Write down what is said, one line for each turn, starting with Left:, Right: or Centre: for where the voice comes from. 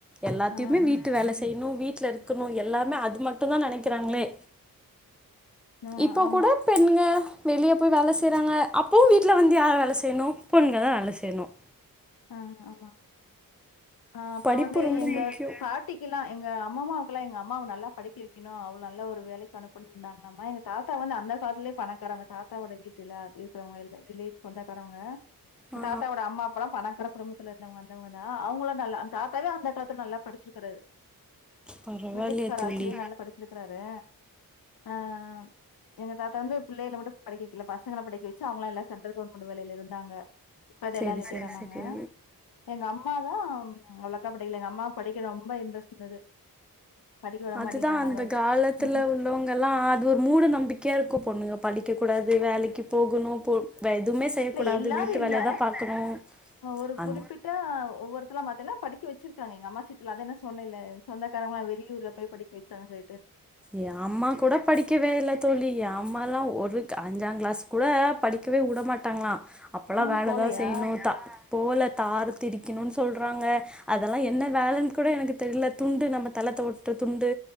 Centre: எல்லாத்தையுமே
Left: ஆ,
Centre: வீட்டு வேல செய்யணும் வீட்ல இருக்கணும் எல்லாமே அது மட்டும் தான் நினைக்கிறாங்களே
Left: நோ
Centre: இப்போ
Left: ஆமா.
Centre: கூட பெண்ங்க வெளியே போய் வேலை செய்றாங்க அப்போ வீட்ல வீட்டல வந்து யார் வேல செய்யணும் பொண்ணுக தான் வேல செய்யணும்
Left: ஆஹ ஆமா ஆஹ அப்ப
Centre: படிப்பு
Left: வந்து
Centre: ரொம்ப
Left: எங்க
Centre: முக்கியோ
Left: பாட்டிக்கு எல்லாம் எங்க அம்மம்மாவுக்கெல்லாம் எங்க அம்மாவ நல்லா படிக்க வைக்கணும் அவ்ளே நல்ல ஒரு வேலைக்கு அனுப்பனும் இருந்தாங்களாம் எங்க தாத்தா வந்து அந்த காலத்துலயே பணக்காரவங்க தாத்தாவோட வீட்டு இருக்கிறவங்கிலேவ சோந்தக்காரவங்க
Centre: ஆ
Left: தாத்தாவோட அம்மா அப்பால்லாம் பணக்கா விடுல இருந்து வந்தவங்க தான் அவங்கள நல்ல தாத்தா அந்த காலத்துல நல்லா படிச்சிருக்கறாரு
Centre: பரவாயில்லையே
Left: பிரிட்டிஷ்காரா
Centre: தோழி
Left: ஆச்சுலே நல்லா படிச்சிருக்காரு ஆஹ எங்க தாத்தா வந்து பிள்ளைல மட்டும் படிக்க வைக்கல பசங்கள படிக்க வச்சு அவங்களாம் எல்லாம் சென்ட்ரல் கவர்மெண்ட் வேலையில இருந்தாங்க இப்ப
Centre: செரி
Left: எல்லாம் ரிட்டோர்ரானாங்க
Centre: செரி செரி
Left: எங்க அம்மா தான் உலக்கா படையில எங்க அம்மா படிக்க ரொம்ப இன்ரெஸ்ட் இருந்தது படிக்க விட
Centre: அதுதான்
Left: மாட்டேன்டாங்களா
Centre: அந்த
Left: மேம்?
Centre: காலத்துல
Left: ம்.
Centre: உள்ளவங்க எல்லாம் அது ஒரு மூட நம்பிக்கையா இருக்கும் பொண்ணுங்க படிக்க கூடாது வேலைக்கு போகணும் போ எதுவுமே செய்யக்கூடாது
Left: இல்ல எல்லாரும்
Centre: வீட்டு
Left: இல்ல
Centre: வேலையதா பாக்கணு
Left: ஒரு
Centre: அந்த
Left: குறிப்பிட்ட ஒவ்வொருத்தல மாத்தல்ல படிக்க வச்சிருக்காங்க எங்க அம்மா அத நான் சொன்ன இல்ல சொந்தக்காரவங்கள வெளியூர்ல போய படிக்க வச்சு சங்கேட்டு
Centre: என் அம்மா கூட படிக்கவே இல்ல தோழி என் அம்மா எலாம் ஒரு அஞ்சாங் கிளாஸ் கூட படிக்கவே வுடமாட்டாங்களா அப்பல்லாம்
Left: ம்
Centre: வேலைதான்
Left: போலையா?
Centre: செய்யணும் த போல தார திரிக்கணும்னு சொல்றாங்க அதெல்லாம் என்ன வேலைன்னு கூட எனக்கு தெரியல துண்டு நம்ம தலத்தோவற்ற துண்டு